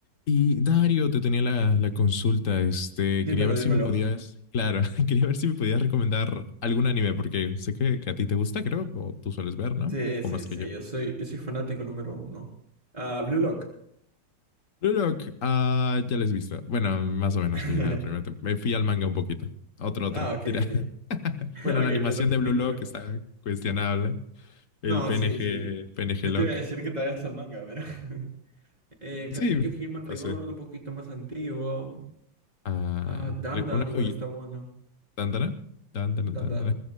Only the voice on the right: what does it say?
Dímelo,
dímelo.
Sí,
sí,
sí,
yo soy, yo soy fanático número uno. Ah, Blue Lock.
<laughs>
Ah, ok,
ok.
<laughs>
Ok,
Blue
Lock,
Pick
Lock.
No,
sí, sí.
Yo
te iba a decir que te vayas al manga, pero... <laughs> eh,
Katekyo Hitman
Reborn,
un poquito más antiguo.
Ah, Dandan,
igual
está bueno.
Dandan.